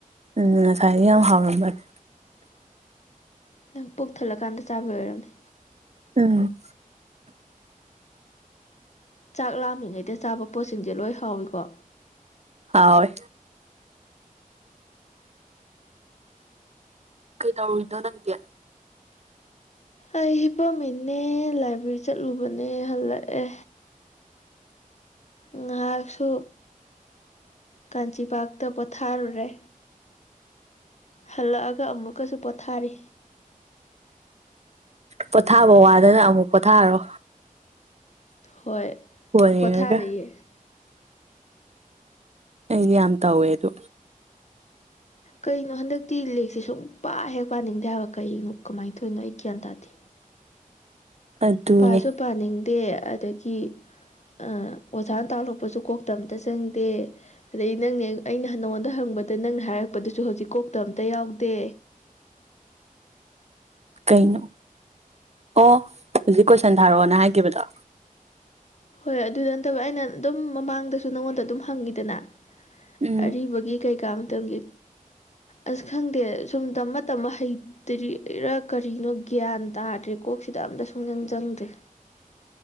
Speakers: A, on the right (about 50°); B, on the left (about 50°).
A: ꯎꯝ ꯉꯁꯥꯏꯗꯤ ꯌꯥꯝ ꯍꯥꯎꯔꯝꯕꯅꯦ
B: ꯅꯪ ꯄꯨꯛ ꯊꯜꯂꯀꯥꯟꯗ ꯆꯥꯕꯩ ꯑꯣꯏꯔꯝꯅꯤ
A: ꯎꯝ
B: ꯆꯥꯛ ꯂꯥꯝꯃꯤꯉꯩꯗ ꯆꯥꯕ ꯄꯣꯠꯁꯤꯡꯁꯦ ꯂꯣꯏ ꯍꯥꯎꯏꯀꯣ
A: ꯍꯥꯎꯌꯦ ꯀꯩꯗꯧꯔꯤꯅꯣ ꯅꯪꯗꯤ
B: ꯑꯩ ꯍꯤꯄꯝꯃꯤꯅꯦ ꯂꯥꯏꯕ꯭ꯔꯦꯔꯤ ꯆꯠꯂꯨꯕꯅꯦ ꯍꯜꯂꯛꯑꯦ ꯉꯥꯏꯍꯥꯛꯁꯨ ꯀꯥꯟꯆꯤ ꯄꯥꯛꯇ ꯄꯣꯊꯥꯔꯨꯔꯦ ꯍꯜꯂꯛꯑꯒ ꯑꯃꯨꯛꯀꯁꯨ ꯄꯣꯊꯥꯔꯤ
A: ꯄꯣꯊꯥꯕ ꯋꯥꯗꯅ ꯑꯃꯨꯛ ꯄꯣꯊꯥꯔꯣ
B: ꯍꯣꯏ
A: ꯐꯣꯟ
B: ꯄꯣꯊꯥꯔꯤꯌꯦ
A: ꯌꯦꯡꯉꯒꯥ ꯑꯩꯗꯤ ꯌꯥꯝ ꯇꯧꯏ ꯑꯗꯣ
B: ꯀꯩꯅꯣ ꯍꯟꯗꯛꯇꯤ ꯂꯥꯏꯔꯤꯛꯁꯦ ꯁꯨꯡ ꯄꯥ ꯍꯦꯛ ꯄꯥꯅꯤꯡꯗꯦ ꯍꯥꯏꯕ ꯀꯩꯅꯣ ꯀꯃꯥꯏꯅ ꯇꯧꯔꯤꯅꯣ ꯑꯩ ꯒ꯭ꯌꯥꯟ ꯇꯥꯗꯦ
A: ꯑꯗꯨꯅꯦ
B: ꯄꯥꯁꯨ ꯄꯥꯅꯤꯡꯗꯦ ꯑꯗꯒꯤ ꯑꯣꯖꯥꯅ ꯇꯥꯛꯂꯛꯄꯁꯨ ꯀꯣꯛꯇ ꯃꯇꯥ ꯆꯪꯗꯦ ꯑꯗꯩ ꯅꯪꯅꯦ ꯑꯩꯅ ꯅ ꯅꯪꯉꯣꯟꯗ ꯍꯪꯕꯗ ꯅꯪꯅ ꯍꯥꯏꯔꯛꯄꯗꯨꯁꯨ ꯍꯧꯖꯤꯛ ꯀꯣꯛꯇ ꯑꯝꯇ ꯌꯥꯎꯗꯦ
A: ꯀꯩꯅꯣ ꯑꯣ ꯍꯧꯖꯤꯛ ꯀꯣꯏꯁꯟ ꯊꯥꯔꯛꯑꯣꯅ ꯍꯥꯏꯈꯤꯕꯗꯣ
B: ꯍꯣꯏ ꯑꯗꯨꯗ ꯅꯠꯇꯕ ꯑꯩꯅ ꯑꯗꯨꯝ ꯃꯃꯥꯡꯗꯁꯨ ꯅꯪꯉꯣꯟꯗ ꯑꯗꯨꯝ ꯍꯪꯉꯤꯗꯅ
A: ꯎꯝ
B: ꯑꯔꯤꯕꯒꯤ ꯀꯩꯀꯥ ꯃꯇꯝꯒꯤ ꯑꯁ ꯈꯪꯗꯦ ꯁꯨꯝ ꯇꯝꯃ ꯇꯝꯃ ꯍꯩ ꯇꯔꯤꯔ ꯀꯔꯤꯅꯣ ꯒ꯭ꯌꯥꯟ ꯇꯥꯗ꯭ꯔꯦ ꯀꯣꯛꯁꯤꯗ ꯑꯝꯇ ꯁꯨꯡꯖꯪ ꯆꯪꯗ꯭ꯔꯦ